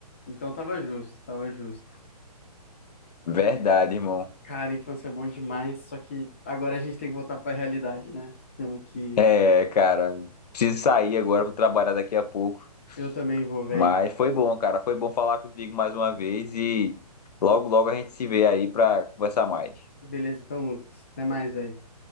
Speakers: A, on the left; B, on the left.
A: Então tava justo, tava justo.
B: Verdade, irmão.
A: Cara, a infância é bom demais, só que agora a gente tem que voltar pra realidade, né? Temos que.
B: É, cara, preciso sair agora, vou trabalhar daqui a pouco.
A: Eu também vou, velho.
B: Mas foi bom, cara. Foi bom falar contigo mais uma vez e logo, logo a gente se vê aí pra conversar mais.
A: Beleza, então, Lucas. Até mais, velho.